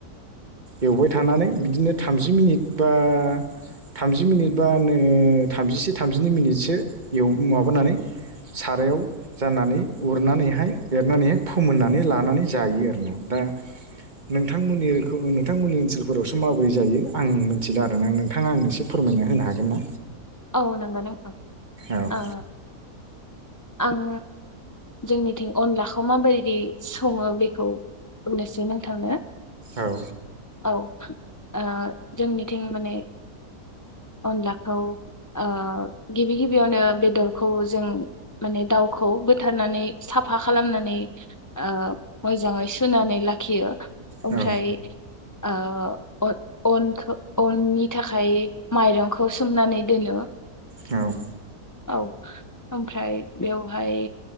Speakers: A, on the right; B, on the left.
A: एवबाय थानानै बिदिनो थामजि मिनिट बा थामजि मिनिट बा नो थामजिसे थामजिनै मिनिटसो एव माबानानै सारायाव जाननानै उरनानैहाय एरनानैहाय फोमोननानै लानानै जायो आरो दा नोंथांमोननि नोंथांमोननि ओनसोल फोरावबो माबोरै जायो आं मिथिला आरोना। नोंथाङा आंनो एसे फोरमायना होनो हागोन ना?
B: औ नंगौ नोंथां।
A: औ
B: ओ आं जोंनिथिं अनलाखौ माबायदि सङो बेखौ बुंनोसै नोंथांनो।
A: औ।
B: औ। ओ जोंनिथिं माने अनलाखौ ओ गिबि गिबियावनो बेदरखौ जों माने दाउखौ बोथारनानै साफा खालामनानै ओ मोजाङै सुनानै लाखियो। अमफ्राय
A: औ
B: ओ अ अनखौ अननि थाखाय माइरंखौ सोमनानै दोनो।
A: औ।
B: औ। ओमफ्राय बेवहाय